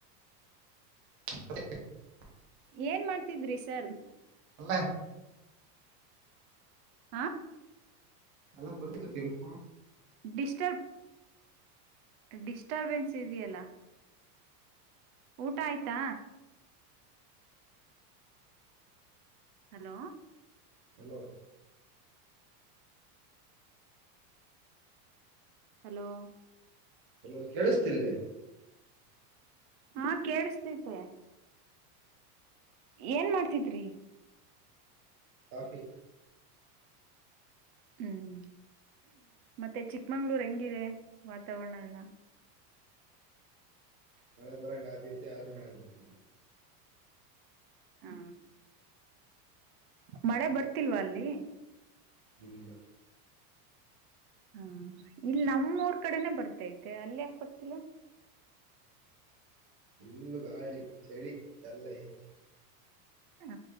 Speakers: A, on the right; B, on the right.
A: <inaudible>
B: ಏನ್ ಮಾಡ್ತಿದ್ರಿ ಸರ್
A: ಮ್ಯಾಗ
B: ಹಾ
A: ಎಲ್ಲ ಬರುತ್ತ ಟಿಂಫ
B: ಡಿಸ್ಟರ್ಬ್ ಡಿಸ್ಟರ್ಬೆನ್ಸ್ ಇದೆಯಲ್ಲ ಊಟ ಆಯ್ತಾ ಹಲೋ
A: ಹಲೋ
B: ಹಲೋ
A: ಹಲೋ ಕೇಳಿಸ್ತಿಲ್ಲೆ
B: ಹಾ ಕೇಳುಸತೈತೆ ಏನ್ ಮಾಡ್ತಿದ್ರಿ
A: ಕಾಫಿ
B: ಹ್ಮ್ ಮತ್ತೆ ಚಿಕ್ಕಮಂಗ್ಳೂರ್ ಹೆಂಗಿದೆ ವಾತಾವರಣ ಎಲ್ಲಾ
A: ಮಳೆ ಬರಂಗ ಆಗ್ತಾತಿ ಆದ್ರೂ ಮಳೆ ಬರ್ತ
B: ಹಾ ಮಳೆ ಬರ್ತಿಲ್ವಾ ಅಲ್ಲಿ
A: ಇಲ್ಲ
B: ಹಾ ಇಲ್ಲಿ ನಮ್ಮೂರ್ ಕಡೆನೆ ಬರ್ತೈತೆ ಅಲ್ಲಿ ಯಾಕ ಬರ್ತಿಲ್ಲ
A: ಇಲ್ಲು ಗಳಿ ಚಳಿ ಎಲ್ಲ ಐತಿ
B: ಹ